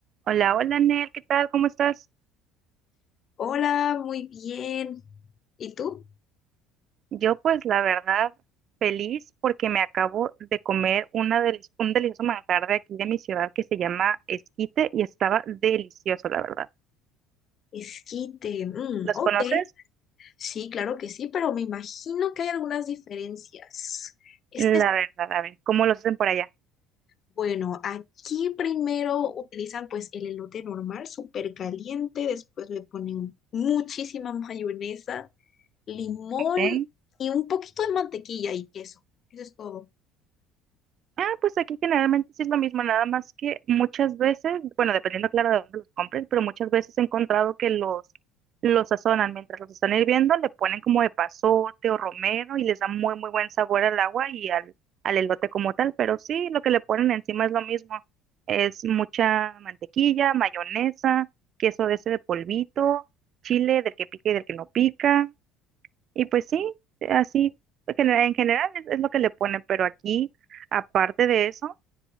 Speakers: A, on the right (about 50°); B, on the left (about 45°).
A: Hola, hola Nel, ¿qué tal? ¿Cómo estás?
B: Hola, muy bien. ¿Y tú?
A: Yo pues la verdad feliz porque me acabo de comer una deli- un delicioso manjar de aquí de mi ciudad que se llama esquite y estaba delicioso, la verdad.
B: Esquite. Mm,
A: ¿Los
B: ok,
A: conoces?
B: sí, claro que sí, pero me imagino que hay algunas diferencias. Este
A: La
B: es,
A: verdad, a ver, ¿cómo los hacen por allá?
B: bueno, aquí primero utilizan pues el elote normal, súper caliente, después le ponen muchísima <laughs> mayonesa, limón
A: ¿Ok?
B: y un poquito de mantequilla y queso. Eso es todo.
A: Ah, pues aquí generalmente sí es lo mismo, nada más que muchas veces, bueno, dependiendo claro de dónde los compren, pero muchas veces he encontrado que los, los sazonan mientras los están hirviendo, le ponen como de pasote o romero y les da muy, muy buen sabor al agua y al, al elote como tal, pero sí, lo que le ponen encima es lo mismo, es mucha mantequilla, mayonesa, queso de ese de polvito, chile del que pica y del que no pica, y pues sí, así genera- en general es, es lo que le ponen, pero aquí, aparte de eso,